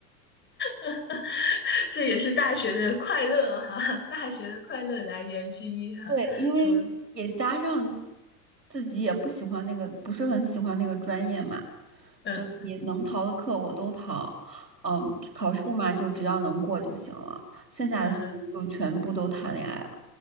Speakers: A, on the left (about 20°); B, on the right (about 85°).
A: <laughs> 这也是大学的快乐哈，大学的快乐来源之一哈，
B: 对，因为也加上
A: 说，
B: 自己也不喜欢那个，不是很喜欢那个专业嘛，
A: 嗯
B: 所以能逃的课我都逃。嗯，考试嘛，就只要能过就行了，剩下的时间就全部都谈恋爱了。
A: 嗯哼。